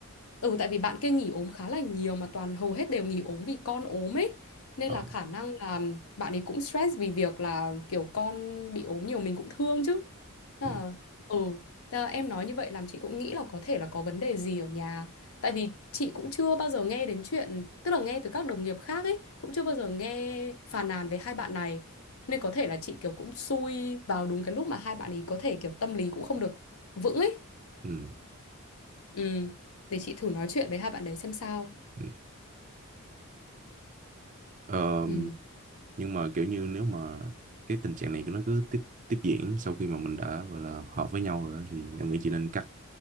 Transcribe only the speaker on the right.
ờ.
ừ.
Ừ.
ừ. Ờ,
nhưng mà kiểu như nếu mà cái tình trạng này nó cứ tiếp tiếp diễn sau khi mà mình đã gọi là họp với nhau rồi đó, thì em nghĩ chị nên cắt